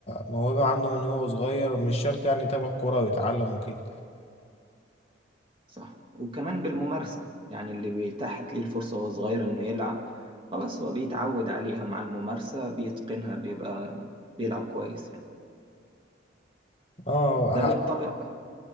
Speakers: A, on the left (about 30°); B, on the right (about 25°).
A: موهبة عنده من هو صغير ومش شرط يعني يتابع كورة ويتعلم وكده
B: صح وكمان بالممارسة يعني اللي بيتاحت ليه الفرصة وهو صغير انه يلعب خلاص هو بيتعود عليها مع الممارسة بيتقنها بيبقى بيلعب كويس يعني
A: اه
B: ده
A: ح-
B: بينطبق